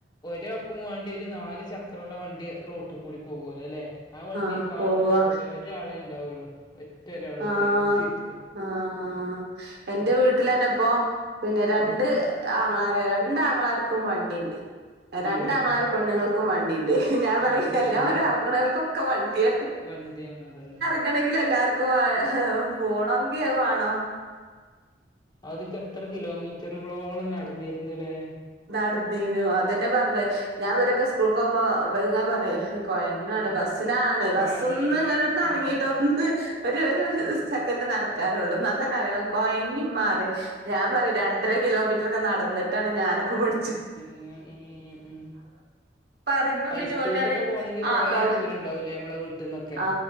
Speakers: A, on the left (about 25°); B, on the right (about 60°).
A: ഒര ആക്കും വേണ്ടി ഒരു നാല്ു ചക്രമുള്ള വണ്ടി റോട്ടിൽ കൂടി പോകല്ലോ അല്ലേ ആ വണ്ടി
B: ആഹ്
A: കാറി
B: പോവാ
A: നോക്കൊണ്ടി ഒരാളെ ഉണ്ടാവുള്ളു ഒറ്റ ഒരാൾ
B: ആഹ്
A: ഡ്രൈവിങ് സീറ്റില്
B: ആഹ്
A: മ്
B: എന്റെ വീട്ടിൽ തന്നെ ഇപ്പോ പിന്നെ രണ്ട്
A: ഉം
B: ആങ്ങളാർ രണ്ടാങ്ങളാർക്കും വണ്ടിണ്ട് രണ്ട്ാംഗങ്ങളാാര
A: ഉം ഉം
B: പെണ്ണുങ്ങൾക്കും വണ്ടിയുണ്ട് ഞാൻ
A: ഉം
B: പറ
A: ഉം
B: എല്ലാരും
A: അതന്നെ
B: എ റങ്ങണൽക്കൊക്കെ വണ്ടിയാണ്
A: വണ്ടിയാണ് അതന്നെ
B: ആണെങ്കിൽ എല്ലാവർക്കും് പോണമെങ്കിൽ അത് വേണം
A: ആദ്യക്കെ എത്ര കിലോമീറ്ററുകളോളം നടന്നിരുന്നുലേ
B: നടന്നീനു അതന്നെ പറഞ്ഞത് ഞാൻ വരൊക്കെ സ്കൂൾക്ക് പോകുമ്പോ വൽങ്ങനെ പറയുംകോ
A: ഉം
B: ബസിനാണ് ബസ്
A: ആ അതിന്
B: ഒന്ന് ഇങ്ങനെ ഒന്ന്റങ്ങിട്ട
A: ഉം
B: ഒന്ന് ഒരു ഒരു
A: ഉം
B: സെ സെക്കന്റ്‌ നടക്കാനുള്ളൂ എന്നാ തന്നെ പറയ കോയങ്ങി മമാറി യുംഞാൻ പറയും രണ്ട് ണ്ടര കിലോമീറ്റർ ഒക്കെ നടന്നിട്ടാണ് ഞാനൊക്കെ പടി
A: പിന്നെ ഉ ഉ
B: പറയുമ്പോ
A: ഹൈസ്കൂൾക്കൊക്കെ
B: പിന്നെ ഓല് പറയും
A: പോകണെങ്കിൽ കൊറെ
B: ആ തൊ
A: ദൂരം ഉണ്ടാവൂല്ലേ നമ്മളെ വീട്ടിൽന്നൊക്കെ
B: ആ